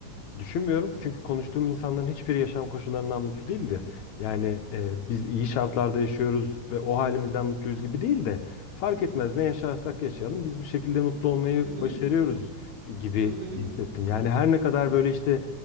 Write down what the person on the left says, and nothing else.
Düşünmüyorum çünkü konuştuğum insanların hiçbiri yaşam koşullarından mutlu değildi. Yani e, biz iyi şartlarda yaşıyoruz ve o halimizden mutluyuz gibi değil de fark etmez ne yaşarsak yaşayalım biz bir şekilde mutlu olmayı
başarıyoruz gibi
hissettim. Yani her ne kadar böyle işte